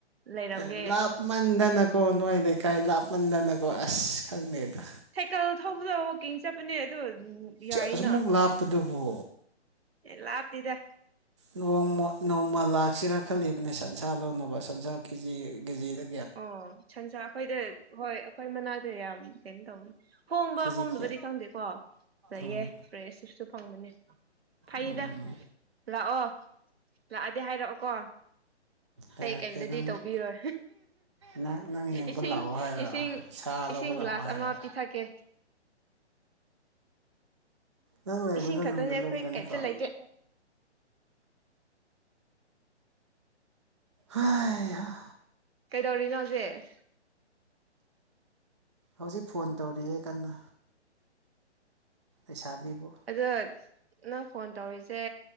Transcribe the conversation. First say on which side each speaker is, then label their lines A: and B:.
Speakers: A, on the right; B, on the right.
A: ꯂꯩꯔꯝꯒꯦ
B: ꯑꯦ ꯂꯥꯞꯃꯟꯗꯅꯀꯣ ꯅꯣꯏ ꯂꯩꯀꯥꯏ ꯂꯥꯞꯃꯟꯗꯅꯀꯣ ꯑꯁ ꯈꯪꯗꯦꯗ
A: ꯁꯥꯏꯀꯜ ꯊꯧꯕꯗꯣ ꯋꯥꯛꯀꯤꯡ ꯆꯠꯄꯅꯦ ꯑꯗꯨ ꯌꯥꯏꯅ
B: ꯑꯁꯨꯃꯨꯛ ꯂꯥꯞꯄꯗꯨꯕꯨ
A: ꯑꯦ ꯂꯥꯞꯇꯦꯗ
B: ꯅꯣꯡꯃ ꯅꯣꯡꯃ ꯂꯥꯛꯁꯤꯔꯥ ꯈꯜꯂꯤꯕꯅꯦ ꯁꯟꯁꯥ ꯂꯧꯅꯕ ꯁꯟꯁꯥ ꯀꯦꯖꯤ ꯀꯦꯖꯤꯗ
A: ꯑꯣ ꯁꯟꯁꯥ ꯑꯈꯣꯏꯗ ꯍꯣꯏ ꯑꯈꯣꯏ ꯃꯅꯥꯛꯇ ꯌꯥꯝ ꯀꯩꯅꯣ ꯇꯧꯕꯅꯤ ꯍꯣꯡꯕ
B: ꯀꯦ ꯖꯤ
A: ꯍꯣꯡꯗꯕꯗꯤ
B: ꯀꯌꯥ
A: ꯈꯪꯗꯦꯀꯣ ꯂꯩꯌꯦ
B: ꯎꯝ
A: ꯐ꯭ꯔꯦꯁ ꯆꯞꯁꯨ ꯐꯪꯕꯅꯤ ꯐꯩꯗ
B: ꯎꯝ
A: ꯂꯥꯛꯑꯣ ꯂꯥꯛꯑꯗꯤ ꯍꯥꯏꯔꯛꯑꯣꯀꯣ
B: ꯍꯥꯏꯔꯛꯀꯦ
A: ꯀꯩ ꯀꯩꯝꯇꯗꯤ
B: ꯅꯪ
A: ꯇꯧꯕꯤꯔꯣꯏ
B: ꯅꯪ ꯅꯪ ꯌꯦꯡꯕ
A: ꯏꯁꯤꯡ
B: ꯂꯥꯛꯑꯣ ꯍꯥꯏꯔꯣ
A: ꯏꯁꯤꯡ
B: ꯁꯥ ꯂꯧꯕ
A: ꯏꯁꯤꯡ
B: ꯂꯥꯛꯑꯣ
A: ꯒ꯭ꯂꯥꯁ
B: ꯍꯥꯏꯔꯣ
A: ꯑꯃ ꯄꯤꯊꯛꯀꯦ
B: ꯅꯪ ꯂꯩꯕꯗꯣ
A: ꯏꯁꯤꯡ ꯈꯛꯇꯅꯦ
B: ꯅꯝꯗꯨꯂꯣꯡꯗꯅꯤꯀꯣ
A: ꯑꯈꯣꯏ ꯀꯩꯝꯇ ꯂꯩꯇꯦ
B: ꯍꯩꯍꯥꯥ
A: ꯀꯩꯗꯧꯔꯤꯅꯣ ꯍꯧꯖꯤꯛ
B: ꯍꯧꯖꯤꯛ ꯐꯣꯟ ꯇꯧꯔꯤꯑꯦ ꯀꯟꯅ ꯂꯩꯁꯥꯕꯤꯕꯨ
A: ꯑꯗꯣ ꯅꯪ ꯐꯣꯟ ꯇꯧꯔꯤꯁꯦ